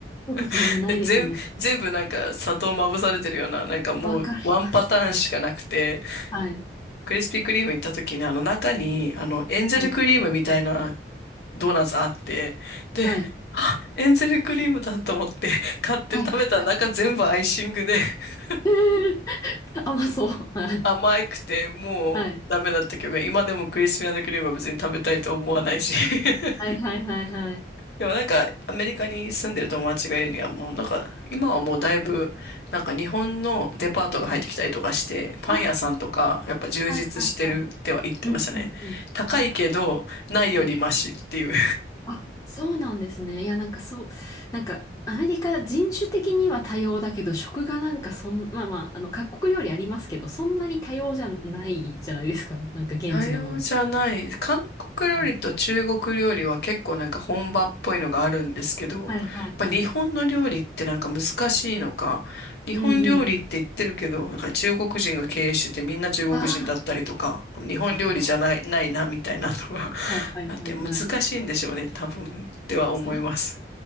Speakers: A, on the left (about 20°); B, on the left (about 65°).
A: そうですね。
B: <laughs>
A: ないですね。
B: で、全、全部なんか砂糖まぶされてるような、なんかもうワンパターンしかなくて、
A: わかります。はい。はい。
B: クリスピークリーム行った時にあの中にあのエンゼルクリームみたいな
A: はい。
B: ドーナツあって、で、
A: はい。
B: あ、エンゼルクリームだと思って <laughs> 買って食べたら中全部アイシングで
A: はい。はい。
B: <laughs>
A: えー、<laughs> 甘そう。はい。
B: 甘くてもうダメだったけど、
A: はい。
B: 今でもクリスピークリームは別に食べたいと思わないし。<laughs>
A: はい。はい。はい。はい。
B: でもなんかアメリカに住んでる友達が言うにはもうなんか今はもうだいぶなんか日本のデパートが入ってきたりとかしてパン屋さんとかやっぱ充実してるっては言ってましたね。
A: はい。ああ、はい。はい。はい。うん。うん。うん。
B: 高いけどないよりマシっていう。
A: あ、はい。あ、そうなんですね。いや、なんかそう、なんか、アメリカ人種的には多様だけど、食がなんかそん、まあまあ、あの、各国料理ありますけど、そんなに多様じゃないじゃないですか。<laughs> なんか現地のもの。
B: 多様じゃない。韓国料理と中国料理は結構なんか本場っぽいのがあるんですけど、
A: はい。
B: やっぱ日本の料理ってなんか難しいのか、
A: はいはいはい。
B: 日本料理って言ってるけど、
A: うんうんうん。
B: なんか中国人が経営しててみんな中国人だったりとか、
A: あ
B: 日本料理じゃない、
A: あ、わかります。
B: ないなみたいなのが
A: はいはいはいはい。
B: <laughs> あって難しいんでしょうね、多分っては思います。
A: そう。